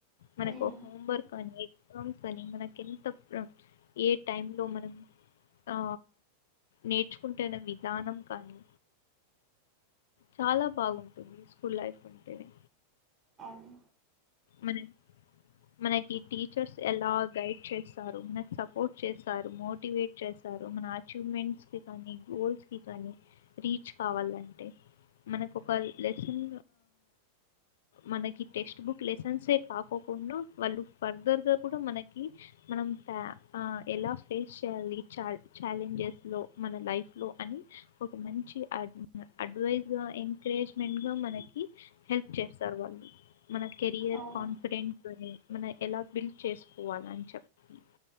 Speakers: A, on the left (about 60°); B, on the right (about 25°).
A: మనకు
B: హ్మ్
A: హోమ్ వర్క్ మనం ఎగ్జామ్స్ కానీ మనకి ఎంత ఏ టైంలో మనం ఆ నేర్చుకుంటున్న విధానం కానీ చాలా బాగుంటుంది స్కూల్ లైఫ్ అంటేనే
B: అవును
A: మనం మనకి టీచర్స్ ఎలా గైడ్ చేస్తారు, మనకు సపోర్ట్ చేస్తారు, మోటివేట్ చేస్తారు, మన అచీవ్మెంట్స్ కి కానీ గోల్స్ కి కానీ రీచ్ కావాలంటే మనకు ఒక లెసన్ మనకి టెక్స్ట్ బుక్ లెసన్సే కాకోకుండా వాళ్ళు ఫర్దర్గా కూడా మనకి మనం ఎలా ఫేస్ చేయాలి చల్ ఛాలెంజెస్లో మన లైఫ్లో అని ఒక మంచి అడ్వైస్గా ఎంకరేజ్మెంట్గా మనకి హెల్ప్ చేస్తారు వాళ్ళు మన కెరియర్
B: అవును
A: కాన్ఫిడెన్ట్ ని మన ఎలా బిల్డ్ చేసుకోవాల అని చెప్తుం